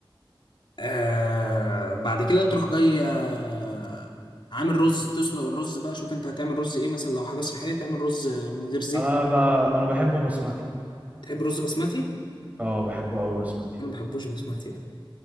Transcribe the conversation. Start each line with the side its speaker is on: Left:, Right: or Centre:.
Left: آه بعد كده تروح جاي آه عامل رز تسلق الرز بقى شوف انت هتعمل رز ايه مثلا لو حاجة صحية تعمل رز من غير زيت
Right: انا بقى انا بحبه بسمتي
Left: تحب رز بسمتي؟
Right: اه بحبه قوي بسمتي
Left: انا ما بحبوش بسمتي بقى